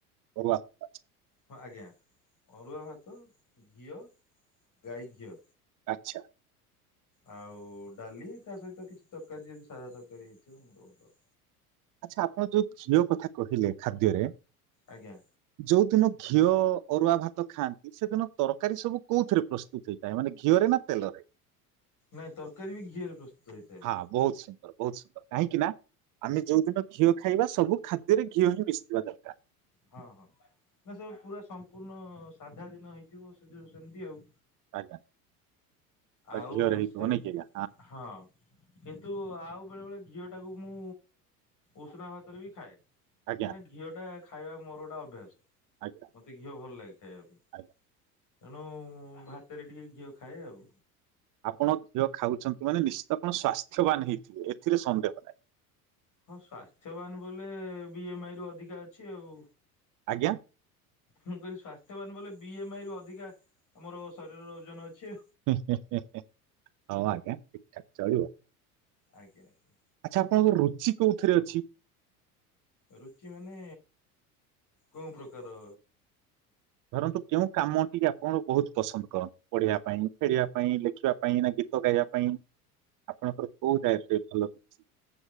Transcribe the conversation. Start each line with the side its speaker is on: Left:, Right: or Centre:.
Right: ଅରୁଆ। ଭାତ, ଆଚ୍ଛା
Left: ହଁ ଆଜ୍ଞା ଅରୁଆ ଭାତ ଘିଅ, ଗାଈ ଘିଅ।
Right: ଆଛା।
Left: ଆଉ ଡାଲି ତା ସହିତ କିଛି ତରକାରୀ ଯଦି ସାଧା ତରକାରୀ ହେଇଥିବ ମୋର ଭଲ।
Right: ଆଛା, ଆପଣ ଯୋଉ ଘିଅ କଥା କହିଲେ ଖାଦ୍ୟରେ
Left: ଆଜ୍ଞା।
Right: ଯୋଉ ଦିନ ଘିଅ ଅରୁଆ ଭାତ ଖାଆନ୍ତି ସେଦିନ ତରକାରୀ ସବୁ କୋଉଥିରେ ପ୍ରସ୍ତୁତ ହେଇଥାଏ, ମାନେ ଘିଅରେ ନା ତେଲରେ
Left: ନାଇଁ ତରକାରୀ ବି ଘିଅରେ ପ୍ରସ୍ତୁତ ହେଇଥାଏ।
Right: ହଁ ବହୁତ ସୁନ୍ଦର, ବହୁତ ସୁନ୍ଦର, କାହିଁକି ନା ଆମେ ଯଉ ଦିନ ଘିଅ ଖାଇବା ସବୁ ଖାଦ୍ୟରେ ଘିଅ ହିଁ ମିଶିବା ଦରକାର।
Left: ହଁ ହଁ। ନା ସେ ପୁରା ସମ୍ପୂର୍ଣ୍ଣ ସାଧା ଦିନ ହେଇଥିବ, ସେ ଯଉ ସେମିତି ଆଉ।
Right: ଆଜ୍ଞା ବା
Left: ଆଉ
Right: ଘିଅରେ ହେଇଥିବ
Left: ସେ
Right: ନାଇଁ କି ଆଜ୍ଞା
Left: ହଁ କିନ୍ତୁ ଆଉ ବେଳେ ବେଳେ ଘଝିଅ ଟାକୁ ମୁଁ ଉଷୁନା ଭାତରେ ବି ଖାଏ।
Right: ଆଜ୍ଞା
Left: କାହିଁକନା ଘିଅ ଟା ଖାଇବା ମୋର ଗୋଟା ଅଭ୍ୟାସ।
Right: ଆଜ୍ଞା।
Left: ମତେ ଘିଅ ଭଲ ଲାଗେ ଖାଇବା ପାଇଁ
Right: ଆଜ୍ଞା
Left: ତେଣୁ ଭାତରେ ଟିକେ ଘିଅ ଖାଏ ଆଉ
Right: ଆପଣ ଘିଅ ଖାଉଛନ୍ତି ମାନେ ନିଶ୍ଚିତ ଆପଣ ସ୍୍ୱାସ୍ଥ୍ୟବାନ ହେଇଥିବେ ଏଥିରେ ସନ୍ଦେହ ନାହିଁ
Left: ହଁ ସଵାସ୍ଥ୍ୟବାନ ବୋଲେ ବି ଏମ ଆଇରୁ ଅଧିକା ଅଛି ଆଉ
Right: ଆଜ୍ଞା
Left: ମୁଁ କହିଲି ସ୍୍ୱାସ୍ଥ୍ୟବାନ ବଲେ ବି ଏମ ଆଇ ରୁ ଅଧିକା ଆମର ଶରୀରର ଓଜନ ଅଛି
Right: ହଉ ଆ୍ଞା ଠିକ ଠାକ ଚଳିବ
Left: ଆଜ୍ଞା ଆଜ୍ଞା
Right: ଆଚ୍ଛା ଆପଣଙ୍କ ରୁଚି କୋଉଥିରେ ଅଛି
Left: ରୁଚି ମାନେ କୋଉ ପ୍ରକାର
Right: ଧରନ୍ତୁ କେଉଁ କାମ ଟ ଆପଣଙ୍କ ବହୁତ ପସନ୍ଦ କରନ୍ତି ପଢିବା ପାଇଁ ଖେଳିବା ପାଇଁ ଲେଖିବା ପାଇଁ ନା ଗୀତ ଗାଇବା ପାଇଁ ଆପଣଙ୍କର କୋଉ ଟା ଭଲ ହଛି